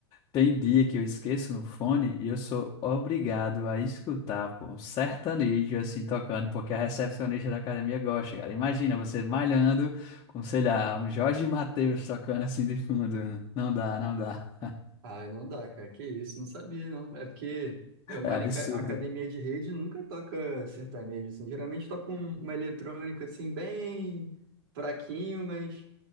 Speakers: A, on the left; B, on the right.
A: tem dia que eu esqueço no fone e eu sou obrigado a escutar, pô, um sertanejo assim tocando, porque a recepcionista da academia gosta, cara. Imagina você malhando com, sei lá, um Jorge Mateus tocando assim de fundo. Não dá, não dá. <laughs>
B: Ah, não dá, cara. Que isso? Não sabia, não. É porque eu malho
A: É absurdo.
B: em ca- academia de rede e nunca toca sertanejo, assim. Geralmente toca um- uma eletrônica, assim, bem fraquinho, mas